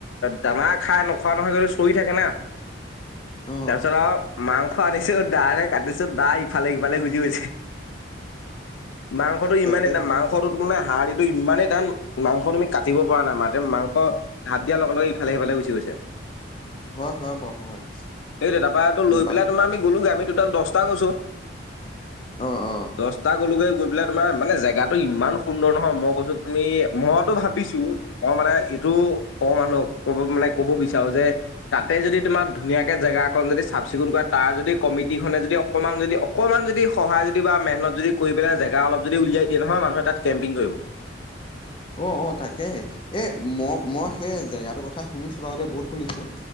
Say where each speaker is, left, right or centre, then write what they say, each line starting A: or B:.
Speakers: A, on the left; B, on the left.
A: দানা খাই খোৱা নহয় সিহঁতে চৰি থাকে না।
B: অ
A: তাৰ পিছত আৰু মাংস আনিছো দাৰে কাটিছো দা ইফালে সফালে গুচি গৈছে। মাংসটো
B: তাকেহে
A: ইমানে টান মাংসটো হাড়দিটো ইমানেই টান মাংস তুমি কাটিব পৰা নাই মা-মাংস ঘাপ দিয়াৰ লগে লগে ইফালে সিফালে গুচি গৈছে।
B: হয় হয় বাৰু হয়।
A: এইটো তাৰপৰা এইটো লৈ
B: বা
A: পেলাই তোমাৰ আমি গ'লো আমি দহটা কৈছো
B: অ অ
A: দহটা গ'লে গৈ পাই তোমাৰ মানে জেগাটো ইমান সুন্দৰ নহয় মই কৈছো তুমি মইতো ভাবিছো মই মানে এইটো ক মানুহ ক'ব মানে ক'ব বিচাৰো যে তাতে যদি তোমাৰ ধুনীয়াকে জেগা অকন যদি চাফ চিকুণ কৰা তাৰ যদি কমিটিখনে যদি অকমান যদি অকমান যদি সহায় যদি বা মেহনত যদি কৰি পেলাই জেগা অলপ যদি উলিয়াই দিয়ে নহয়। মানুহে তাত কেম্পিং কৰিব। <inaudible>
B: অ', অ', তাকেহে এ-ম-মই সেই জেগাটোৰ কথা শুনিছো বাৰু দে বহুত শুনিছো।